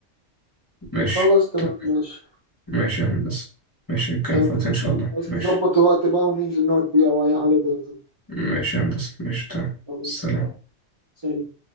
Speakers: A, on the left (about 20°); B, on the right (about 35°).
A: ماشي
B: خلاص تمام
A: طيب.
B: ماشي
A: ماشي يا هندسة ماشي نتكلم
B: تمام
A: في وقتها إن شاء الله
B: عايز
A: ماشي
B: نظبط وقت بقى وننزل نقعد فيه او اي حاجه زي كده
A: ماشي يا هندسة ماشي تمام
B: خلاص
A: سلام
B: سلام